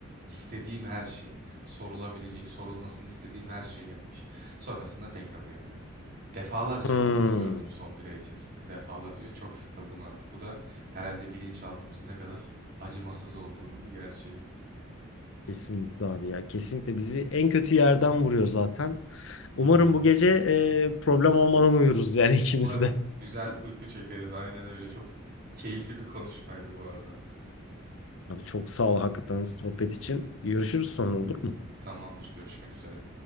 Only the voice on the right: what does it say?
İstediğim her şey, sorulabilecek, sorulmasını istediğim her şey gelmiş. Sonrasında tekrar uyanıyorum. Defalarca
ben bunu gördüm son bir ay içerisinde. Defalarca ve çok sıkıldım artık. Bu da herhalde bilinçaltımızın ne kadar acımasız olduğunun bir gerçeği.
İnanılmaz.
Umarım
güzel uyku çekeriz. Aynen öyle. Çok keyifli bir konuşmaydı bu arada.
Tamamdır. Görüşmek üzere.